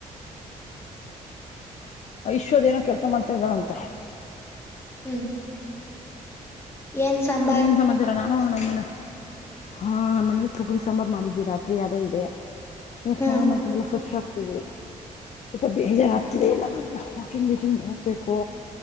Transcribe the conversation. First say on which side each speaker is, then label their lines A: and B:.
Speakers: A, on the left; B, on the left.
A: ಆ ಶ್ವದೇಏನೋ ಕೆಲಸ ಮಾಡ್ತಾ ಇದ್ದಾಳಂತೆ
B: ಹ್ಮ್ ಏನ್ ಸಾಂಬಾರ್
A: ನೀನು ಸಮಾಚಾರ ನಾನು ನಮ್ಮಲೆ ಹಾ ನಮ್ಮ ಮನಲಿ ಸುಗರಿ ಸಂಂಬಾರ್ ಮಾಡಿದ್ವಿ ರಾತ್ರಿ ಅದೇ ಇದೆ ಇವಾಗ
B: ಹ್ಮ್
A: ಸ್ನಾನ ಮಾಡ್ಕೊಂಡು ಎಲ್ಲ ಫ್ರೆಶ್ ಆಗ್ತತಿವಿ ಸಪ ಬಜಾಗತ ಎಲ್ಲ ಹಿಂಗೆ ಹಿಂಗ ಹೋಗಬೇಕು